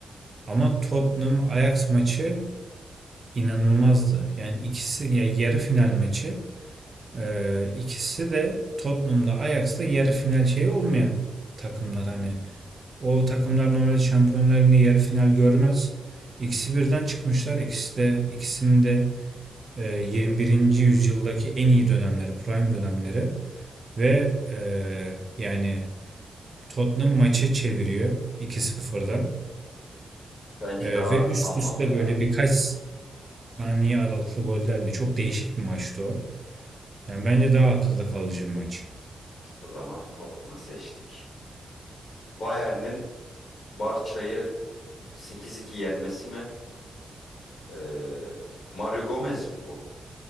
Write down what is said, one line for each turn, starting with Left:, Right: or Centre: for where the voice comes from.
Right: Ama Tottenham Ajax maçı inanılmazdı. Yani ikisi ya yarı final maçı e, ikisi de Tottenham'da Ajax'ta yarı final şeyi olmayan takımlar hani O takımlar normalde Şampiyonlar Ligi'nde yarı final görmez. İkisi birden çıkmışlar. İkisi de ikisinin de e, 21. yüzyıldaki en iyi dönemleri, prime dönemleri ve e, yani Tottenham maçı çeviriyor 2-0'dan
Left: Bence
Right: E,
Left: daha
Right: ve üst
Left: anlamlı
Right: üste
Left: ya.
Right: böyle birkaç saniye aralıklı gollerle çok değişik bir maçtı o. Yani bence daha akılda kalıcı bir maç.
Left: O zaman Tottenham'ı seçtik. Bayern'in Barça'yı 8-2 yenmesi mi? Ee, Mario Gomez mi bu?